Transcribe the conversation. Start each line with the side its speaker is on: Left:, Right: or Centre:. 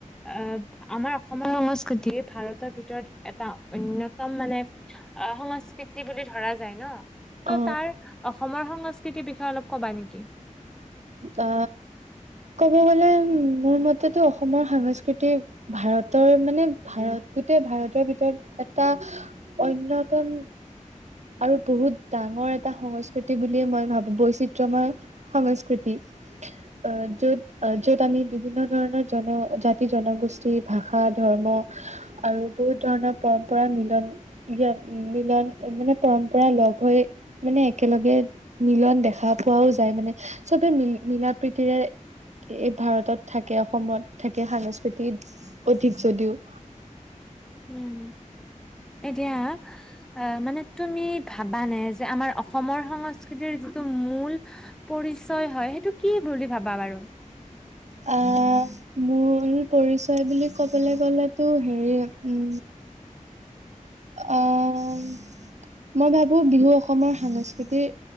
Centre: আহ, আমাৰ অসমৰ সংস্কৃতি ভাৰতৰ ভিতৰত এটা অন্যতম মানে অ সংস্কৃতি বুলি ধৰা যায় ন ত'
Right: অ
Centre: তাৰ অসমৰ সংস্কৃতিৰ বিষয়ে অলপ কবা নেকি
Right: অ ক'ব গলে মোৰ মতেতো অসমৰ সাংস্কৃতি ভাৰতৰ মানে ভাৰত গোটেই ভাৰতৰ ভিতৰত এটা অন্যতম আৰু বহুত ডাঙৰ এটা সংস্কৃতি বুলিয়ে মই ভাবো বৈচিত্ৰ্যময় সংস্কৃতি অ য'ত অ য'ত আমি বিভিন্ন ধৰণৰ জন জাতি জনগোষ্ঠী ভাষা ধৰ্ম আৰু বহুত ধৰণৰ পৰম্পৰা মিলন মিলন মানে পৰম্পৰা লগ হৈ মানে একেলগে মিলন দেখা পোৱাও যায় মানে চবে মিল মিলা প্ৰীতিৰে এই ভাৰতত থাকে অসমত থাকে সাংস্কৃতিত অধিক যদিও
Centre: উম এতিয়া অ মানে তুমি ভাবানা যে আমাৰ অসমৰ সংস্কৃতিৰ যিটো মূল পৰিচয় হয় সেইটো কি বুলি ভাবা বাৰু
Right: আহ মূল পৰিছয় বুলি ক'বলৈ গলেতো হেৰি উম আহ মই ভাবো বিহু অসমৰ সাংস্কৃতিৰ